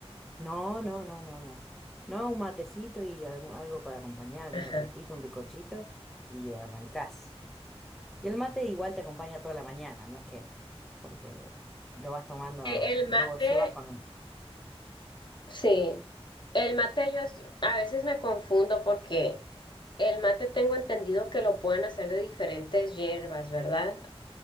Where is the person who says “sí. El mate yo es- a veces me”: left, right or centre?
Left